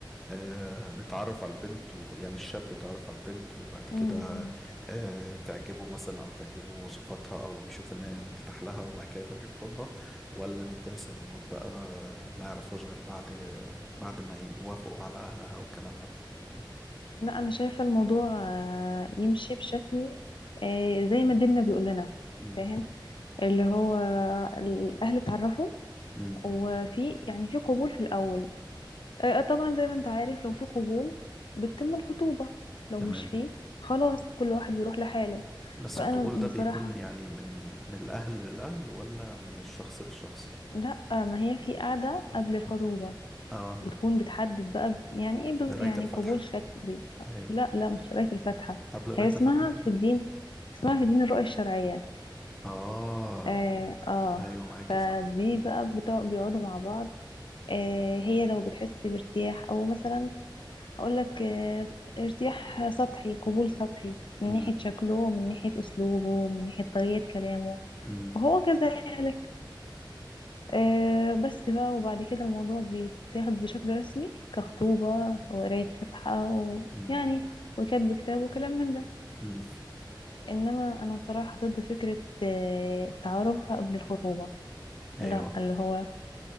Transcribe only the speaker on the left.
أمم.
لا انا شايفة الموضوع آه، يمشي بشكل آه، زي ما ديننا بيقول لنا
فاهم اللي هو الاهل اتعرفوا
وفي يعني في قبول في الاول آه، آه، طبعا زي ما انت عارف لو في قبول بتتم الخطوبة لو
مش فيه خلاص كل واحد بيروح لحاله
فأنا
بصراحة
لا ما هي في قاعدة قبل الخطوبة
بتكون بتحدد بقى يعني ايه ب-
يعني
قبول شكلي
لا لا مش قراية الفاتحة
هي اسمها
في الدين اسمها في دين الرؤية الشرعية
اه, آه.
فدي
بقى بتوع- بيقعدوا مع بعض آه هي لو بتحس بارتياح او مثلا هقولك آه، ارتياح سطحي
قبول سطحي من
ناحية شكله ومن ناحية أسلوبه ومن ناحية طريقة كلامه
وهو كذلك آه، بس بقى وبعد كده الموضوع بيتاخد بشكل رسمي كخطوبة وقراية فاتحة ويعني
وكتب كتاب وكلام من ده
إنما أنا صراحة ضد فكرة آه، التعارف قبل الخطوبة
لا اللي هو